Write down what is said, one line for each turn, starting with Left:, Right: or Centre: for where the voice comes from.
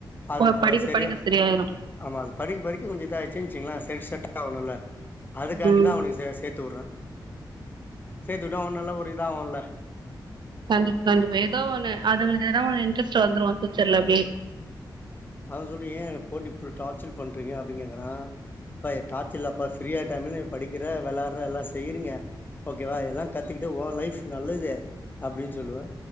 Left: அதுப்ப
Right: போ படிக்க
Left: சரிய
Right: படிக்க சரியாயிரு
Left: ஆமா அது படிக்க படிக்க கொஞ்சம் இதச்சிருச்சுனு வெச்சுக்ங்களே சரி செட் ஆகனுல்ல அதுக்காண்டிதா
Right: ம்
Left: அவனுக்கு சே சேத்து வுட்ற சேத்திவுட்டா அவன் நல்லா ஒரு இதா ஆகும்ல
Right: கண்டிப்பா கண்டிப்பா ஏதோ ஒன்னு அதுங்களுக்கு தா ஒன்னு இன்ட்ரெஸ்ட் வந்துரோ ஃப்யூசர்ல அப்டியே
Left: அத சொல்லி ஏன் போட்டிப் இப்டி டார்ச்சர் பண்றீங்க அப்டினு கேக்கறா அப்ப டார்ச் இல்லப்பா ஃப்ரீயா டைம்ல படிக்கிற வெளாடற எல்லா செய்யூறீங்க ஓகேவா இதல்லா கத்துட்டு ஓ லைஃப் நல்லது அப்டீன்னு சொல்லுவ